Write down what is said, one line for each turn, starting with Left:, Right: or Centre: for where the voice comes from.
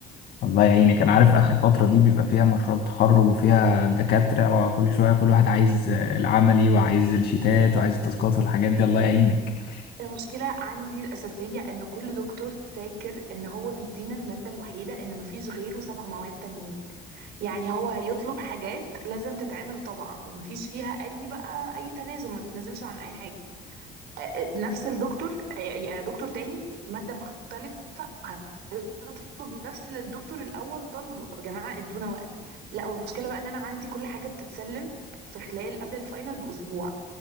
Left: الله يعينك انا عارف اخر فترة دي بيبقى فيها مشروع تخرج وفيها دكاترة وكل شوية كل واحد عايز العملي وعايز الشيتات وعايز التاسكات والحاجات دي الله يعينك
Right: المشكلة عندي الأساسية إن كل دكتور فاكر إن هو بيدينا المادة الوحيدة إن مفيش غيره سبع مواد تانيين يعني هو هيطلب حاجات لازم تتعمل طبعا ومفيش فيها أي بقى أي تنازل ما بيتنازلش عن أي حاجة آه، نفس الدكتور آه، آه، دكتور تاني مادة مختلفة هتطلب نفس اللي الدكتور الأول طالبه طب يا جماعة ادونا وقت لا والمشكلة بقى ان انا عندي كل حاجة بتتسلم في خلال قبل الفاينل بأسبوع